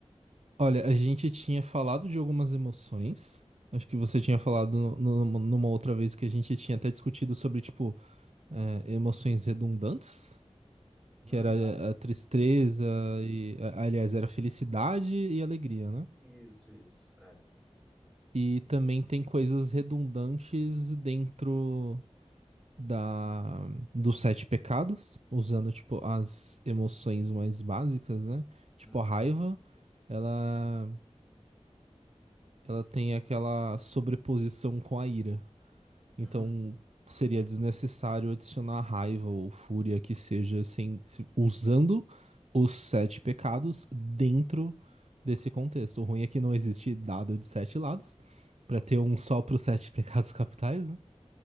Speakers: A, on the right; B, in the centre.
A: Olha, a gente tinha falado de algumas emoções. Acho que você tinha falado no- no- numa outra vez que a gente tinha até discutido sobre, tipo, eh, emoções redundantes.
B: Hum,
A: que era
B: ah,
A: a tristeza e, a- aliás, era felicidade e alegria, né?
B: isso, isso, é.
A: E também tem coisas redundantes dentro da dos sete pecados, usando tipo as emoções mais básicas, né? Tipo
B: Uhum,
A: a raiva, ela ela tem aquela sobreposição com a ira.
B: hum,
A: Então seria desnecessário adicionar raiva ou fúria que seja sem, se- usando os sete pecados dentro desse contexto. O ruim é que não existe dado de sete lados para ter um só para os sete <laughs> pecados capitais, né?